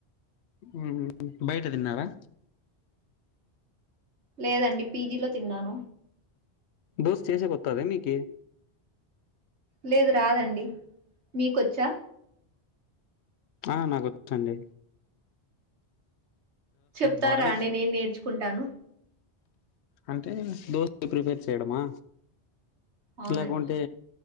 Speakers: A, on the left; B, on the right.
A: ఊ బయట తిన్నారా
B: లేదండి పీజీలో తిన్నాను
A: దోశ చేసే కొతదే మీకు
B: లేదు రాదండి మీకొచ్చా
A: ఆ నాకొచ్చండి
B: చెప్తారా
A: బాగానే
B: అండి నేను నేర్చుకుంటాను
A: అంటే దోశని ప్రిపేర్ చేయడమా
B: అవునండి
A: లేకుంటే